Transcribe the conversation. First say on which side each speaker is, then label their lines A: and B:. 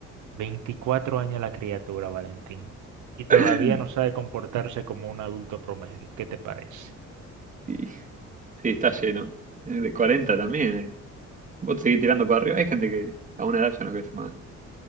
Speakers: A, on the right; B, on the right.
A: 24 años la criatura, Valentín, y todavía
B: <laughs>
A: no sabe comportarse como un adulto promedio. ¿Qué te parece?
B: Y, sí, está lleno. Eh, De 40 también. eh. Vos seguís tirando para arriba. Hay gente que a una edad ya no crece más.